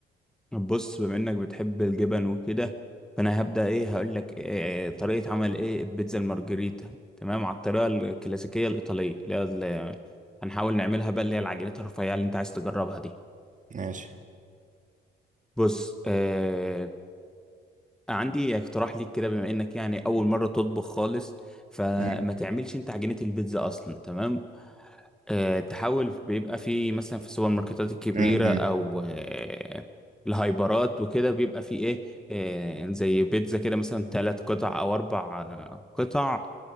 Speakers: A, in the centre; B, on the right.
A: بص بما انك بتحب الجبن وكده فانا هبدا ايه هقول لك إيه طريقه عمل ايه البيتزا المارجريتا تمام على الطريقه الكلاسيكيه الايطاليه اللي هي ال- هنحاول نعملها بقى اللي هي العجينات الرفيعه اللي انت عايز تجربها دي
B: ماشي
A: بص آه عندي اقتراح ليك كده بما انك يعني اول مره تطبخ خالص فما
B: م-
A: تعملش انت عجينه البيتزا اصلا تمام أه تحاول بيبقى في مثلا في السوبر ماركتات الكبيره
B: م- م.
A: او أه الهايبرات وكده بيبقى في ايه أه زي بيتزا كده مثلا ثلاث قطع او اربع آه، قطع